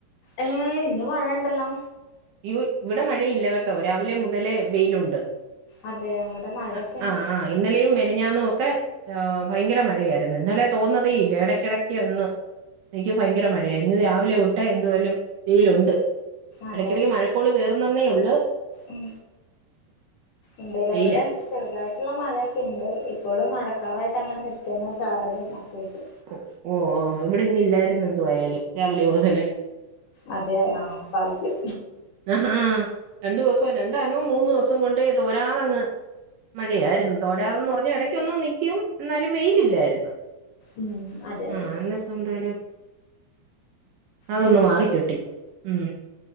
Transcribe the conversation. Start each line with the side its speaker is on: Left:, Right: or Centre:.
Left: ഏഹ് ഇന്ന് മഴണ്ടല്ലോ
Right: ഇവോയ് ഇവിടെ മഴയില്ല കെ ട്ടോ രാവിലെ മുതലേ വെയിലുണ്ട്
Left: അതെ അവിടെ മഴൊക്കെ
Right: ആഹ്
Left: ഉണ്ട്
Right: ആഹ് അയ് ഇന്നലെ മിനിഞ്ഞാന്നും ഒക്കെ ഭയങ്കര മഴയായിരുന്നു ഇന്നലെ തോർന്നതേ ഇല്ല എടക്കടക്ക് ഒന്ന് നിക്ക് ഭയങ്കര മഴയായി ഇന്ന് രാവിലെ ഒട്ട് എന്തോലും വെയിലുണ്ട്
Left: അതെ
Right: എടയ്ക്കടയ്ക്ക് മഴക്കോള് കെറുന്നന്നെ ഒള്ള്
Left: ഉം ഇല്ലല്ലബടെ
Right: വെയിലാ
Left: ചെറുതായിട്ടുള്ള മഴയൊക്കെ ഇണ്ട് ഇപ്പോളും മഴക്കാറായിട്ട് അങ്ങനെ നിക്കന്നെ ചാറലും ഒക്കെആയിട്ട്
Right: ഓഹ് ഓ ഇവിടെ ഇന്ന് ഇല്ലായിര്ന്ന് എന്തുവായാലും രാവിലെ മുതലേ
Left: അതെ ആഹ് ഭാഗ്യം
Right: ആഹാ രണ്ടുസം രണ്ടാന്നും മൂന്ന് ദിവസം കൊണ്ട് തോരാതങ്ങ് മഴെ അയിരുന്നു തോരാ തന്ന് പറഞ്ഞ് ഇടയ്ക്കൊന്നു നിൽക്കും ഇ ന്നാലും വെയിലി ല്ലായിരുന്നു.
Left: ഉം അതെ അതെ
Right: ആഹ് ഇന്നിപ്പോ എന്താലും അതൊന്ന്
Left: പിന്നെ
Right: മാറിക്കിട്ടി ഉം.